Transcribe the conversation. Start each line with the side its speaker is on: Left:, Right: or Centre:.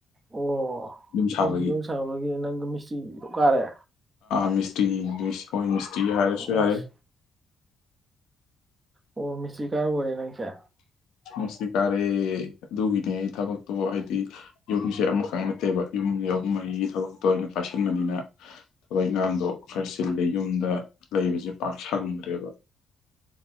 Right: ꯑꯣ
Left: ꯌꯨꯝ ꯁꯥꯕꯒꯤ
Right: ꯃꯤꯒꯤ ꯌꯨꯝꯁꯥꯕꯒꯤ ꯅꯪ ꯃꯤꯁꯇ꯭ꯔꯤ ꯀꯥꯔꯦ
Left: ꯃꯤ ꯏꯁꯇ꯭ꯔꯤ ꯏꯪꯂꯤꯁ ꯍꯣꯏ ꯃꯤꯁꯇ꯭ꯔꯤ ꯍꯥꯏꯔꯁꯨ
Right: ꯑꯁ
Left: ꯌꯥꯔꯦ
Right: ꯑꯣ ꯃꯤꯁꯇꯔꯤꯀꯥ ꯑꯣꯏꯔꯦ ꯅꯪ ꯆꯦ
Left: ꯃꯤꯁꯇꯔꯤ ꯀꯥꯔꯦ ꯑꯗꯨꯒꯤꯅꯦ ꯑꯩ ꯊꯕꯛꯇꯣ ꯍꯥꯏꯗꯤ ꯌꯨꯝꯁꯦ ꯑꯃꯈꯛ ꯅꯠꯇꯦꯕ ꯌꯨꯝ ꯑꯍꯨꯝ ꯃꯔꯤꯒꯤ ꯊꯕꯛꯇꯣ ꯑꯩꯅ ꯄꯥꯏꯁꯟꯕꯅꯤꯅ ꯊꯕꯛ ꯏꯟꯈꯥꯡꯗꯣ ꯈꯔ ꯆꯜꯂꯦ ꯌꯨꯝꯗ ꯂꯩꯕꯁꯦ ꯄꯥꯛ ꯁꯪꯗ꯭ꯔꯦꯕ